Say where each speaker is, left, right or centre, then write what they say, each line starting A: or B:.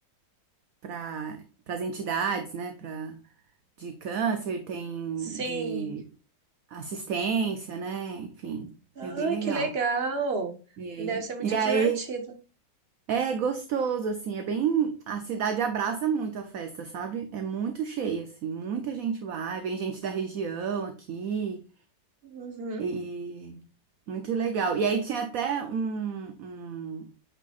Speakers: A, on the right (about 60°); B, on the right (about 35°).
A: para as entidades, né? Para de câncer, tem
B: Sim.
A: de assistência, né? Enfim,
B: Ai,
A: é bem legal.
B: que legal.
A: E,
B: E deve ser muito
A: e aí
B: divertido.
A: é gostoso assim, é bem a cidade abraça muito a festa, sabe? É muito cheia assim, muita gente vai, vem gente da região aqui.
B: Uhum.
A: E muito legal. E aí tinha até um, um-